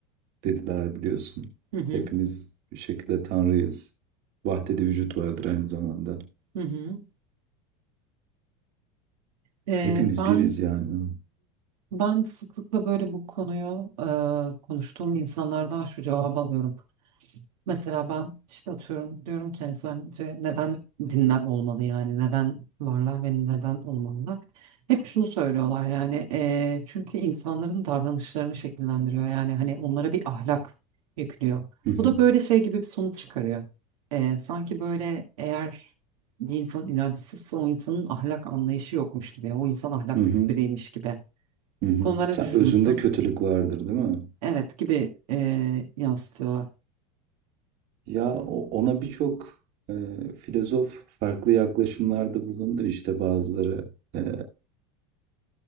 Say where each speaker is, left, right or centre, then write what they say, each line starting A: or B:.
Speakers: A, on the right (about 55°); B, on the right (about 75°).
A: dediler biliyorsun.
B: Hı hı.
A: Hepimiz bir şekilde Tanrıyız. Vahdedi vücut vardır aynı zamanda.
B: Hı hı. E,
A: Hepimiz
B: ben
A: biriz yani.
B: ben sıklıkla böyle bu konuyu e, konuştuğum insanlardan şu cevabı alıyorum. Mesela ben işte atıyorum diyorum ki hani sence neden dinler olmalı yani neden varlar ve neden olmalılar? Hep şunu söylüyorlar yani eee, çünkü insanların davranışlarını şekillendiriyor yani hani onlara bir ahlak yüklüyor.
A: Hı hı.
B: Bu da böyle şey gibi bir sonuç çıkarıyor. Eee, sanki böyle eğer bir insan inançsızsa o insanın ahlak anlayışı yokmuş gibi o insan ahlaksız
A: Hı hı.
B: biriymiş gibi.
A: Hı hı.
B: Bu konuda ne
A: Sen
B: düşünüyorsun?
A: özünde kötülük vardır, değil mi?
B: Evet gibi eee, yansıtıyorlar.
A: Ya o- ona birçok e, filozof farklı yaklaşımlarda bulundu. İşte bazıları e,